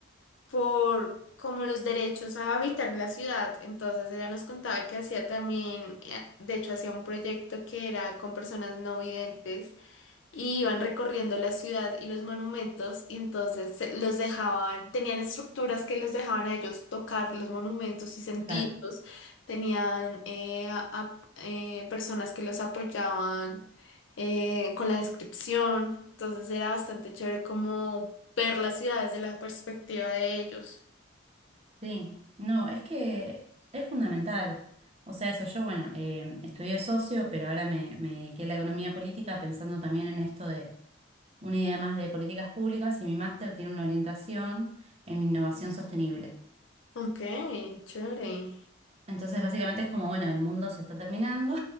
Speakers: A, on the left; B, on the right.
A: por como los derechos a habitar la ciudad, entonces ella nos contaba que hacía también, eh, de hecho hacía un proyecto que era con personas no videntes y iban recorriendo la ciudad y los monumentos y entonces se- los dejaban, tenían estructuras que los dejaban a ellos tocar los monumentos y sentirlos,
B: claro,
A: tenían eh, a- a- eh, personas que los apoyaban eh, con la descripción, entonces era bastante chévere como ver las ciudades desde la perspectiva de ellos.
B: sí. No, es que es fundamental. O sea, eso, yo, bueno, eh, estudié socio, pero ahora me, me dediqué a la economía política pensando también en esto de una idea más de políticas públicas, y mi máster tiene una orientación en innovación sostenible.
A: Ok, chévere.
B: Entonces, básicamente es como, bueno, el mundo se está terminando